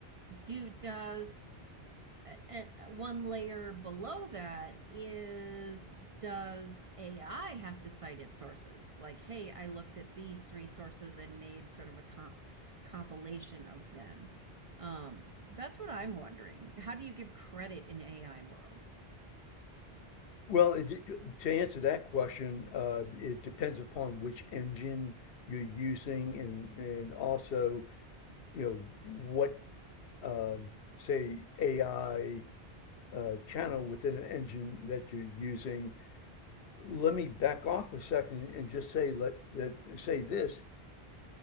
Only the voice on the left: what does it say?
Well, it, it- to answer that question, uh, it depends upon which engine you're using and and also, you know, what um, say AI uh, channel within an engine that you're using. Let me back off a second and just say let that say this.